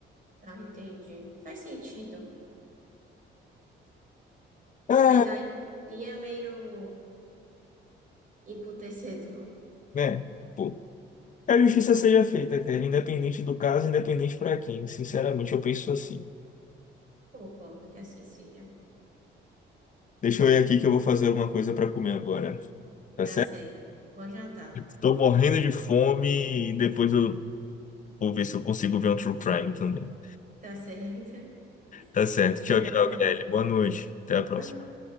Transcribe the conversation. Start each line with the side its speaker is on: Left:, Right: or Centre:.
Right: Ah, entendi. Faz sentido.
Left: É,
Right: Mas aí sim é meio emputecedor.
Left: né? Um pouco. Que a justiça seja feita, cara, independente do caso, independente para quem. Sinceramente, eu penso assim.
Right: Concordo que assim seja.
Left: Deixa eu ir aqui que eu vou fazer alguma coisa para comer agora, tá
Right: Tá
Left: certo?
Right: certo. Vou jantar.
Left: Estou morrendo de fome e depois eu Vou ver se eu consigo ver um true crime também.
Right: Tá certo. <laughs>
Left: Tá certo. Tchau,
Right: Tchau,
Left: tchau,
Right: tchau.
Left: Kelly. Boa noite. Até a próxima.
Right: Vai no